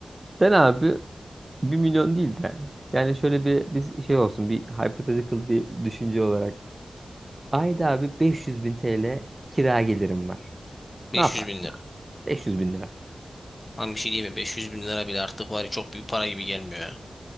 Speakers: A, on the right; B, on the left.
A: Sen abi bir milyon değil de yani şöyle bir biz şey olsun bir hypothetical bir düşünce olarak. Ayda abi 500 bin TL kira gelirim var.
B: 500
A: Ne yaparsın
B: bin lira.
A: abi? 500 bin lira.
B: Lan bir şey diyeyim mi? 500 bin lira bile artık var ya çok büyük para gibi gelmiyor ya.